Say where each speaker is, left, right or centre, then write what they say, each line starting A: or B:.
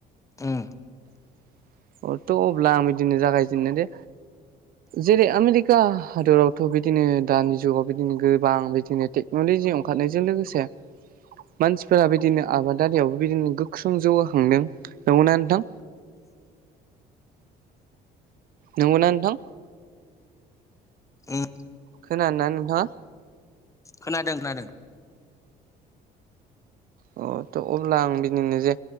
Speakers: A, on the left; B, on the right.
A: उम
B: <inaudible> अथ' अब्ला आं बिदिनो जागायजेननो दे जेरै आमेरिका हादरावथ' बिदिनो दानि जुगाव बिदिनो गोबां बिदिनो टेक माने जों ओंखारनायजों लोगोसे मानसिफोरा बिदिनो आबादारियावबो बिदिनो गोख्रों जौगाखांदों नंगौना नोंथां नंगौना नोंथां
A: उम
B: खोनानो ना नोंथाङा
A: खोनादों खोनादों
B: अ थ' अब्ला आं बिदिनो जे